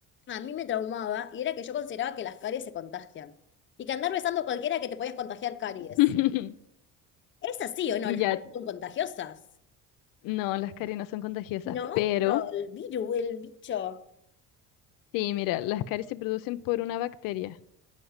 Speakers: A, on the left; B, on the left.
A: a mí me traumaba y era que yo consideraba que las caries se contagian y que andar besando a cualquiera que te podías contagiar caries.
B: <laughs>
A: ¿Es así o no?
B: Ya,
A: Las caries son contagiosas.
B: no, las caries no son contagiosas,
A: No,
B: pero
A: pero el virus, el bicho.
B: sí, mira, las caries se producen por una bacteria.